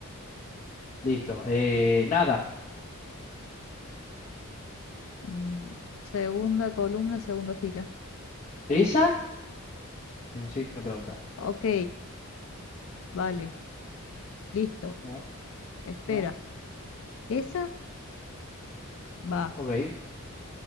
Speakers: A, on the left; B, on the left.
A: listo. Eh, nada,
B: Mm, segunda columna, segunda fila.
A: ¿esa? En signo de pregunta.
B: Ok, vale, listo.
A: No,
B: Espera,
A: no,
B: ¿esa? Va.
A: ok.